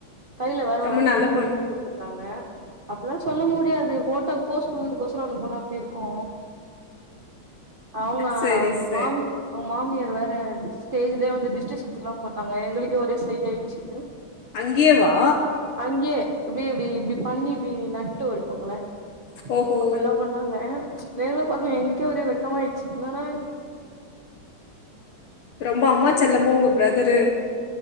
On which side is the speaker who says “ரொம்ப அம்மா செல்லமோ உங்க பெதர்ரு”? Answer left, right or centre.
Left